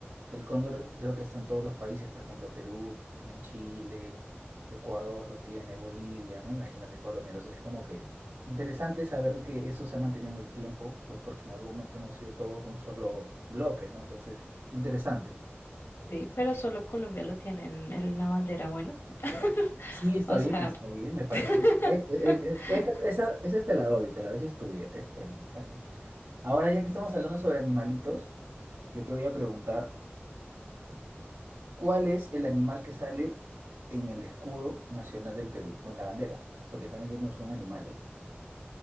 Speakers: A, on the right (about 85°); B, on the left (about 80°).
A: El cóndor creo que está en todos los países, por ejemplo, Perú, también Chile, Ecuador lo tiene, Bolivia, ¿no? Imagínate Colombia. Entonces es como que interesante saber que eso se ha mantenido en el tiempo, pues porque en algún momento hemos sido todos un solo bloque, ¿no? Entonces, interesante.
B: Sí, pero solo Colombia lo tiene en, en la bandera, bueno. <laughs>
A: Sí, está
B: O
A: bien,
B: sea.
A: está bien, me parece
B: <laughs>
A: perfecto. E- e- Esa, esa, esa te la doy, te la doy, esa es tuya. Está bien, está bien. Ahora, ya que estamos
B: Bueno.
A: hablando sobre animalitos, yo te voy a preguntar. ¿Cuál es el animal que sale en el escudo nacional del Perú o en la bandera? Porque también tenemos un animal ahí.